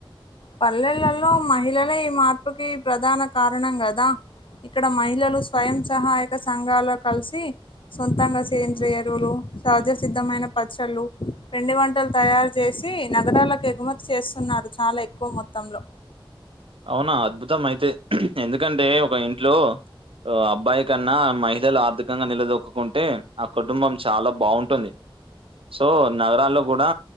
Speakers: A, on the left; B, on the right.
A: పల్లెలలో మహిళలే ఈ మార్పుకి ప్రధాన కారణం కదా ఇక్కడ మహిళలు స్వయం సహాయక సంఘలో కలిసి సొంతం గా సేంద్రియ ఎరువులు సహజసిద్ధమైన పచ్చళ్ళు పిండి వంటలు తయారు చేసి నగరాలకు ఎగుమతి చేస్తున్నారు చాలా ఎక్కువ మొత్తంలో
B: అవునా అద్భుతం అయితే ఎందుకంటే ఒక ఇంట్లో అబ్బాయి కన్నా మహిళలు అథికంగా నిలదొక్కుకుంటే ఆ కుటుంబం చాలా బాగుంటుంది సో నగరాల్లో కూడా